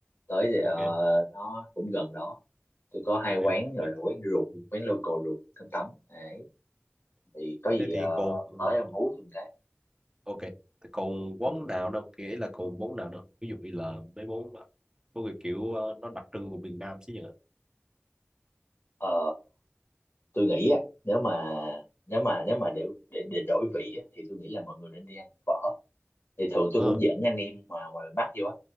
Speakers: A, on the left; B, on the right.
A: tới thì ờ,
B: ok
A: nó cũng gần đó tôi có hai
B: ok
A: quán gọi
B: thế,
A: là quán ruột
B: ừ.
A: quán local ruột cơm tấm đấy thì có gì
B: thế
A: ờ,
B: thì còn ừ,
A: tới ông
B: ừ.
A: hú tôi một cái
B: ok Thế còn quán
A: ừ.
B: nào đâu kể là còn món nào đâu ví dụ như là mấy món món cái kiểu ờ, nó đặc trưng của miền Nam chứ nhỉ
A: Ờ, tôi nghĩ á nếu mà nếu mà nếu mà để để để đổi vị á, thì tôi nghĩ là mọi người nên đi ăn phở thì thường tôi
B: ờ
A: cũng dẫn anh em mà ngoài miền Bắc vô á